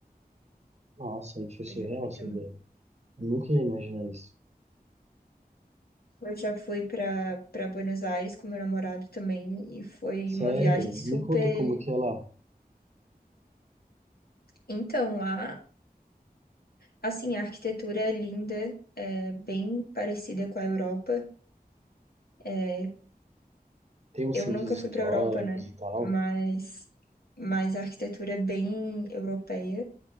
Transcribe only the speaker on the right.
Nossa, aí foi surreal
essa
ideia. Eu nunca ia imaginar isso.
Sério?
Me conta como que é lá.
Tem uns
centros
históricos
e tal,